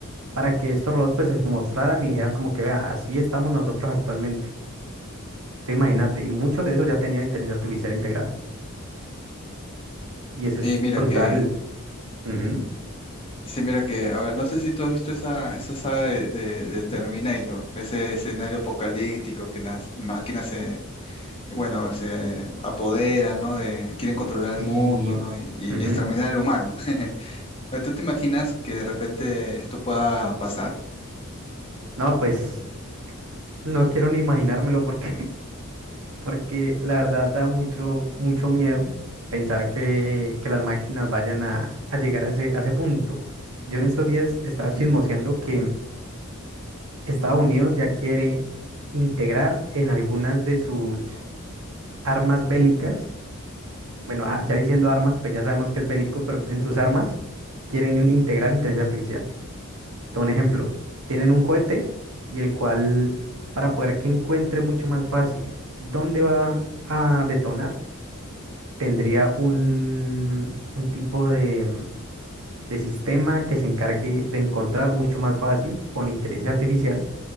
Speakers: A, on the right; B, on the left.
A: para que estos robots pues se mostraran y dijeran como que vea, así estamos nosotros actualmente. Te imagínate, y muchos de esos ya tenían inteligencia artificial integrada y eso es
B: Sí, mira
A: brutal.
B: que,
A: Ujú.
B: sí, mira que, ahora no sé si tú has visto esa, esa saga de, de- de Terminator, de ese escenario apocalíptico que las máquinas se, bueno, se apoderan, ¿no? De, quieren controlar
A: Sí.
B: el mundo, ¿no? Y, y-
A: ujú.
B: y exterminar al humano. <laughs> Oye, ¿Tú te imaginas que de repente esto pueda pasar?
A: No, pues no quiero ni imaginármelo porque <laughs> porque la verdad da mucho, mucho miedo pensar que, que las máquinas vayan a, a llegar a ese, a ese punto. Yo en estos días estaba chismoseando que Estados Unidos ya quiere integrar en algunas de sus armas bélicas, bueno, ah, ya diciendo armas, pues ya sabemos que es bélico, pero en sus armas quieren integrar inteligencia artificial. Te doy un ejemplo, tienen un cohete y el cual, para poder que encuentre mucho más fácil, ¿dónde va a detonar? tendría un, un tipo de, mm, de sistema que se encargue de encontrar mucho más fácil con inteligencia artificial,